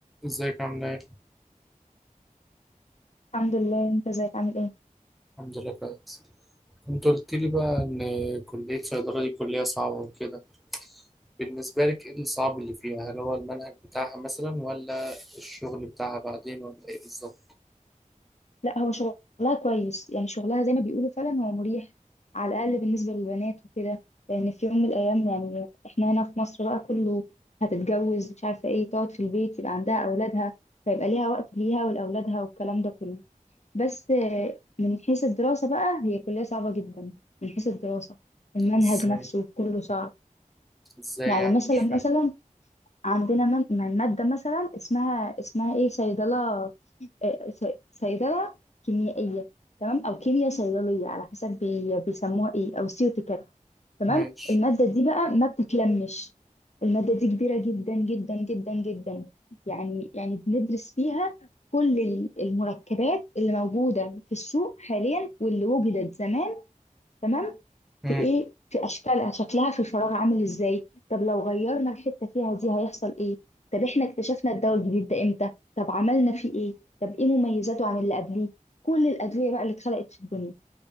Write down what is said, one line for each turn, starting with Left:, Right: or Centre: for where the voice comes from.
Centre: ازيك عاملة ايه؟
Left: الحمد لله انت ازيك عامل ايه
Centre: الحمد لله كويس كنت قلت لي بقى ان كلية صيدلة دي كلية صعبة وكده بالنسبة لك ايه الصعب اللي فيها؟ هل هو المنهج بتاعها مثلا ولا الشغل بتاعها بعدين ولا ايه بالظبط؟
Left: لا هو شغلها كويس يعني شغلها زي ما بيقولوا فعلا هو مريح على الاقل بالنسبه للبنات وكده لان في يوم من الايام يعني احنا هنا في مصر بقى كله هتتجوز مش عارفه ايه تقعد في البيت يبقى عندها اولادها فيبقى ليها وقت ليها ولاولادها والكلام ده كله بس آه، من حيث الدراسه بقى هي كليه صعبه جدا من حيث الدراسه المنهج
Centre: ازاي؟
Left: نفسه كله صعب
Centre: ازاي
Left: يعني
Centre: يعني
Left: مثلا
Centre: مش فاهم
Left: مثلا عندنا من من- مادة مثلا اسمها اسمها ايه صيدلة آه، صي- صيدلة كيميائية تمام أو كيمياء صيدلية على حسب بي بيسموها ايه أو سيوتيكال تمام
Centre: ماشي
Left: المادة دي بقى ما بتتلمش المادة دي كبيرة جدا جدا جدا جدا يعني يعني بندرس فيها كل ال- المركبات اللي موجودة في السوق حاليا واللي وجدت زمان تمام
Centre: مم.
Left: في ايه في اشكالها شكلها في الفراغ عامل ازاي طب لو غيرنا الحته فيها دي هيحصل ايه طب احنا اكتشفنا الدواء الجديد ده امتى طب عملنا فيه ايه طب ايه مميزاته عن اللي قبليه كل الادويه بقى اللي اتخلقت في الدنيا